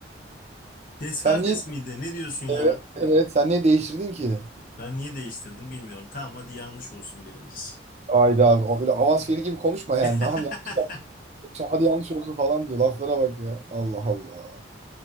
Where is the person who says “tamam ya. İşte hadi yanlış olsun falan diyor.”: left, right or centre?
Right